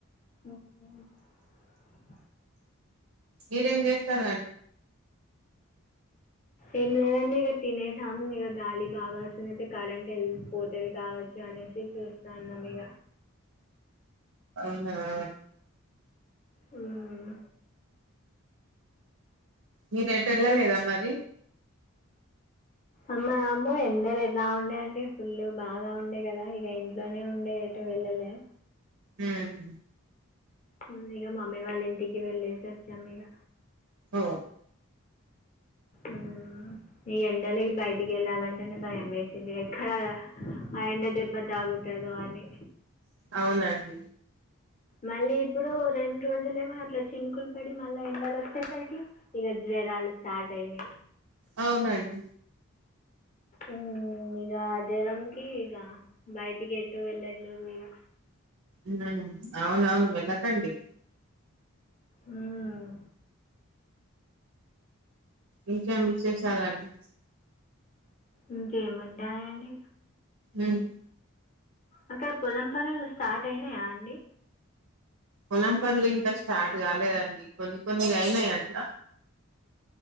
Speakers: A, on the left; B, on the right.
A: ఉ ఉమ్ <inaudible>
B: మీరేం చేస్తారు
A: ఏం లేదండి ఇగ తినేసాము ఇగ గాలి బాగా వస్తుంది కరెంట్ వెళ్పోతు తది కావచ్చు అనేసి చూస్తాన్నం ఇగ
B: నఅవునా <unintelligible>
A: ఉమ్
B: మీరు ఎటూ వెళ్ళలేదా మరి
A: అమ్మా బాబోయ్ ఎండలు ఎట్లా ఉండేయ అండి ఫుల్లు బాగా ఉండే కదా ఇగ ఇంట్లోనే ఉండే ఎటు వెళ్లలే
B: ఉమ్
A: ఉమ్ ఇక మమ్మీ వాళ్ళ ఇంటికి వెళ్ళేసి వచ్చాం ఇక
B: ఓ
A: ఉమ్ ఈ ఎండలకి బయటికి వెళ్ళాలంటేనే భయం వేసింది ఎక్కడ ఆ ఎండ దెబ్బ తాకుతది దొ అని
B: అవునండి
A: మళ్ళీ ఇప్పుడు రెండు రోజులు ఏమో అట్లా చినుకులు పడి మళ్ళ ఎండలు వచ్చేసరికి ఇక జ్వరాలి స్టార్ట్ అయినయ్
B: అవునండి
A: ఉమ్ ఇక జ్వరంకి ఇక బయటికి ఎట్టు వెళ్ళట్లే ఇక
B: ఉమ్ అవునవును వెళ్ళకండి
A: ఉమ్
B: ఇంకేం విశేషాలండి
A: ఇంకేం ఉంటాయండి
B: ఉమ్
A: అక్కడ పొలం పనులు స్టార్ట్ అయినయా అండి
B: పొలం పనులు ఇంకా స్టార్ట్ కాలేదండి కొన్ని కొన్ని అయినాయి అట్లా